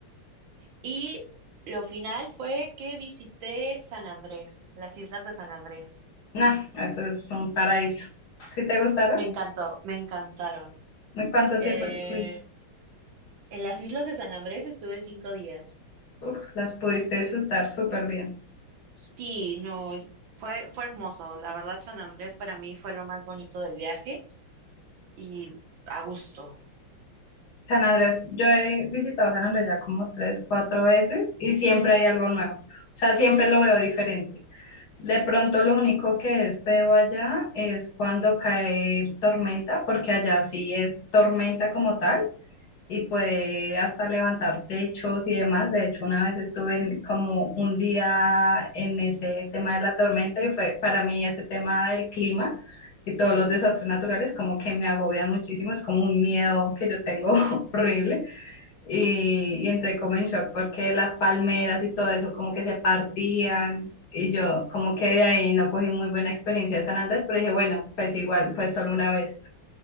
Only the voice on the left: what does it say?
No, eso es un paraíso. ¿Sí te gustaron?
¿Y cuánto
tiempo estuviste?
Uf, las pudiste disfrutar súper bien.
San Andrés, yo he visitado San Andrés ya como tres, cuatro veces y siempre hay algo nuevo. O sea, siempre lo veo diferente. De pronto lo único que es feo allá es cuando cae tormenta, porque allá sí es tormenta como tal. y puede hasta levantar techos y demás. De hecho, una vez estuve en- como un día en ese tema de la tormenta y fue para mí ese tema del clima y todos los desastres naturales como que me agobian muchísimo, es como un miedo que yo tengo <laughs> horrible y, y entré como en shock porque las palmeras y todo eso como que se partían. Y yo como que de ahí no cogí muy buena experiencia de San Andrés, pero dije, bueno, pues igual fue solo una vez